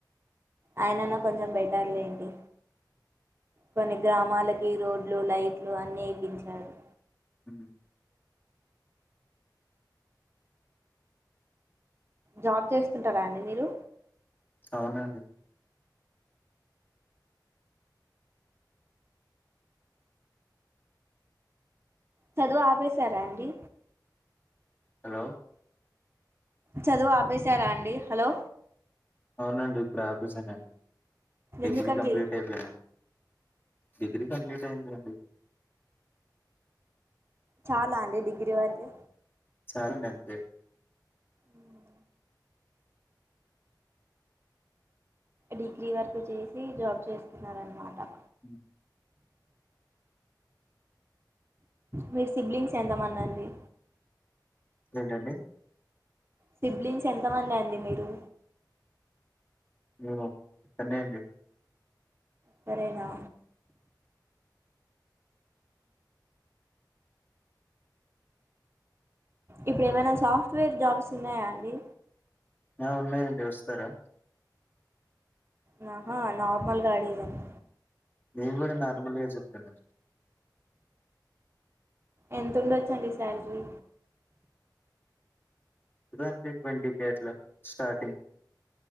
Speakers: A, on the right; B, on the left.
A: ఆయనన్నా కొంచెం బెటర్ లేండి కొన్ని గ్రామాలకి రోడ్లు లైట్లు అన్నీ ఇపించారు
B: అమ్
A: జాబ్ చేస్తుంటారా అండి మీరు
B: అవునండి
A: చదువు ఆపేశారా అండి
B: హలో
A: చదువు ఆపేశారా అండి హలో
B: అవునండి ఇప్పుడు ఆఫెస్నండి డిగ్రీ
A: ఎందుకండి
B: కంప్లీట్ అయిపోయింది డిగ్రీ కంప్లీట్ అయియందిండి
A: చాలా అండి డిగ్రీ వరకి
B: చాలనంతే
A: ఉమ్ డిగ్రీ వర్క్ చేసి జాబ్ చేస్తున్నార అన్నమాట
B: అమ్
A: మీరు సిబ్లింగ్స్ ఎంతమన్నా అండి
B: ఏంటండి
A: సిబ్లింగ్స్ ఎంతమంది అండి మీరు
B: ఉ చెన్నడి
A: సరేనా ఇప్పుడు ఏమైనా సాఫ్ట్వేర్ జాబ్స్ ఉన్నాయా అండి
B: ఆ ఉన్నాయండి వస్తారా
A: నాహా నార్మల్ గా అడిగాను
B: నీవుడు నార్మల్ గా చెబుతున్నా
A: ఎంత ఉండొచ్చండి శాలరీ
B: ట్వంటి ట్వంటీ కే అట్ల స్టార్టింగ్